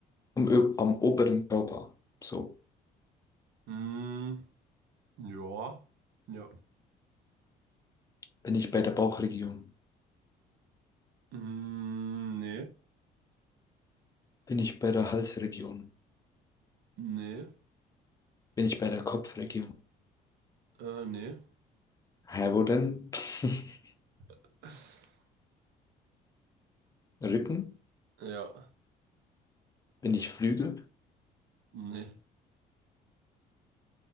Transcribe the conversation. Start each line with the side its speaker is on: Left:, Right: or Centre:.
Left: Ö- am oberen Körper. So
Right: Hm. Ja, ja.
Left: bin ich bei der Bauchregion,
Right: Hm, nee,
Left: bin ich bei der Halsregion,
Right: nee,
Left: bin ich bei der Kopfregion.
Right: äh, nee.
Left: Ja, wo denn? <laughs>
Right: <laughs>
Left: Rücken?
Right: Ja,
Left: Bin ich Flügel?
Right: nee.